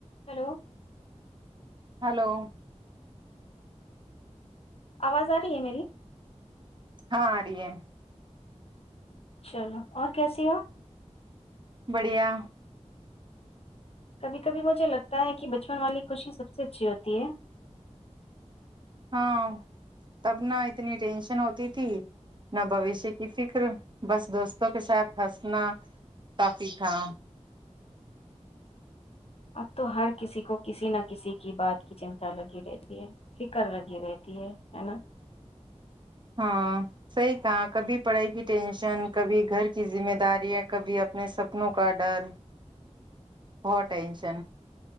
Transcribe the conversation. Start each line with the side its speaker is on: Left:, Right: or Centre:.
Left: hello
Right: hello
Left: آواز آ رہی ہے میری
Right: ہاں آ رہی ہے
Left: چلو اور کیسی ہو
Right: بڑھیا
Left: کبھی کبھی مجھے لگتا ہے کہ بچپن والی خوشی سب سے اچھی ہوتی ہے
Right: ہاں تب نہ اتنی ٹینشن ہوتی تھی نہ بوشیہ کی فکر بس دوستوں کے ساتھ ہنسنا کافی تھا
Left: اب تو ہر کسی کو کسی نہ کسی کی بات کی چنتا لگی رہتی ہے فکر لگی رہتی ہے ہے نا
Right: ہاں صحیح کہاں کبھی پڑھائی کی ٹینشن کبھی گھر کی ذمہ داریاں کبھی اپنے سپنوں کا ڈر بہت ٹینشن